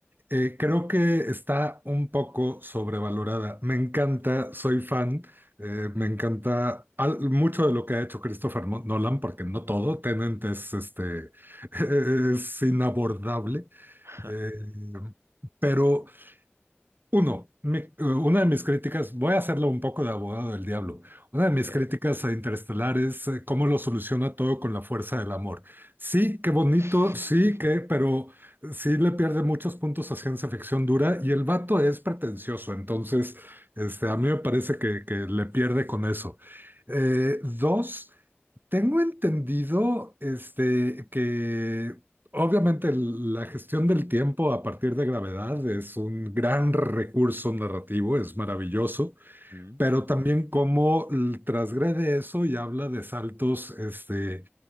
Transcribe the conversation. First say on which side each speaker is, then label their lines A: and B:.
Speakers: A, on the right; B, on the right.
A: Eh, creo que está un poco sobrevalorada. Me encanta, soy fan, eh, me encanta al- mucho de lo que ha hecho Christopher Mo- Nolan, porque no todo, Tenet es, este, <laughs> es inabordable,
B: <laughs>
A: eh, pero uno, mi- eh, una de mis críticas, voy a hacerlo un poco de abogado del diablo, una de
B: Ok.
A: mis críticas a Interestelar es eh, cómo lo soluciona todo con la fuerza del amor. Sí, qué bonito,
B: <laughs>
A: sí, que, pero sí le pierde muchos puntos a ciencia ficción dura y el vato es pretencioso, entonces este, a mí me parece que, que le pierde con eso. Eh, dos, tengo entendido, este, que obviamente el- la gestión del tiempo a partir de gravedad es un gran recurso narrativo, es maravilloso,
B: Ujú.
A: pero también cómo l- transgrede eso y habla de saltos, este,